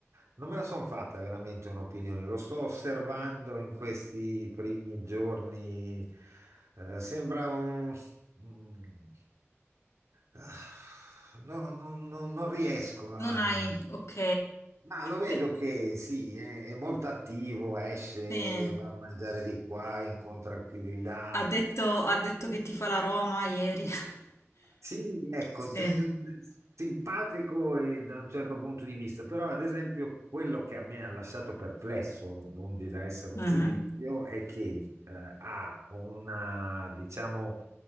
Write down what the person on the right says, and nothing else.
non me la sono fatta veramente un'opinione. Lo sto osservando in questi primi giorni. eh, sembra un... un- ah, no- no- no- non riesco a
Ma lo vedo
che sì, è, è molto attivo, esce,
va a mangiare di qua, incontra chi di là.
Sì, ecco,
te- simpatico e da un certo punto di vista, però ad esempio quello che a me ha lasciato perplesso, lungi da essere un
giudizio, è che eh, ha una, diciamo,